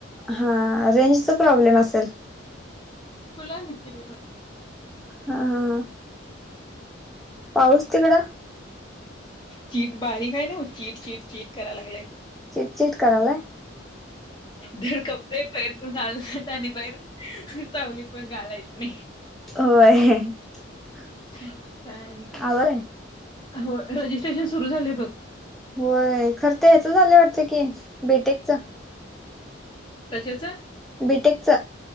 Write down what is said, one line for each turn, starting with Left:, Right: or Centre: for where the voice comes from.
Centre: हा रेंजचा प्रॉब्लेम असेल
Left: फुलाय म्हटते ब मला
Centre: हा हा हा पाऊस तिकडं
Left: चीट बारीक हाय नव चीट चिट करायला लागलंय
Centre: चिट चिट करालाय
Left: ड कपडे पैर प आललात आणि बाहेर चावलीत पण घालायच नाही
Centre: होय.
Left: काय नाही काय?
Centre: आवड आहे
Left: हो रजिस्ट्रेशन सुरू झाले बघ.
Centre: होय. खरं तर ह्याच झालं वाटत की बी टेक च.
Left: कशाच
Centre: बीटेक च